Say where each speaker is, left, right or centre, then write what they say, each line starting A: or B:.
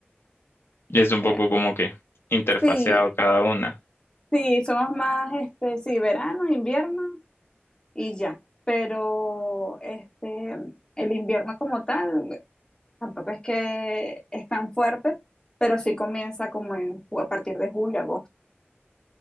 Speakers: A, on the left; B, on the left.
A: Es un
B: Eh,
A: poco como que interfaseado
B: Sí,
A: cada una.
B: sí, somos más, este, sí, verano, invierno y ya. Pero este, el invierno como tal tampoco es que es tan fuerte, pero sí comienza como en, ju- a partir de julio, agosto.